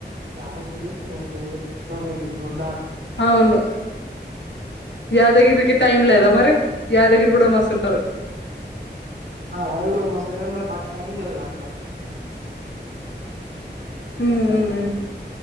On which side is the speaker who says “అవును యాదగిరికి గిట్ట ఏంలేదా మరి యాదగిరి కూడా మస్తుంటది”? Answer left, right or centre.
Left